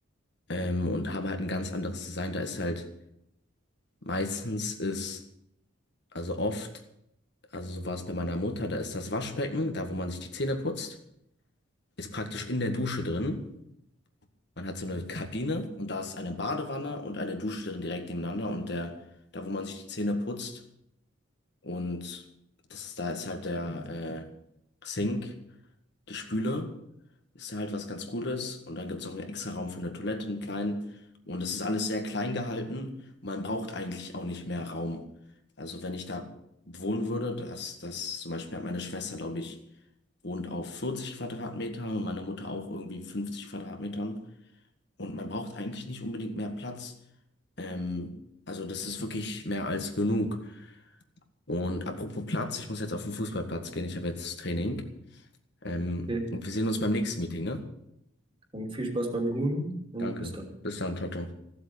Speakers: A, on the left (about 60°); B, on the right (about 25°).
A: Ähm, und haben halt ein ganz anderes Design. Da ist halt meistens ist, also oft, also so war es bei meiner Mutter, da ist das Waschbecken, da wo man sich die Zähne putzt, ist praktisch in der Dusche drin. Man hat so eine Kabine und da ist eine Badewanne und eine Dusche drin direkt nebeneinander. Und der, da wo man sich die Zähne putzt, Und das ist, da ist halt der äh, Sink, die Spüle, ist halt was ganz Gutes. Und dann gibt's noch einen extra Raum für eine Toilette, einen kleinen. Und es ist alles sehr klein gehalten. Man braucht eigentlich auch nicht mehr Raum. Also wenn ich da wohnen würde, das, das zum Beispiel hat meine Schwester, glaube ich, wohnt auf 40 Quadratmetern und meine Mutter auch irgendwie 50 Quadratmetern. Und man braucht eigentlich nicht unbedingt mehr Platz. Ähm, also das ist wirklich mehr als genug. Und apropos Platz, ich muss jetzt auf den Fußballplatz gehen. Ich habe jetzt Training. Ähm,
B: Okay.
A: und wir sehen uns beim nächsten Meeting, ne?
B: Dann viel Spaß beim Googlen und
A: Danke.
B: bis dann.
A: Bis dann, ciao, ciao.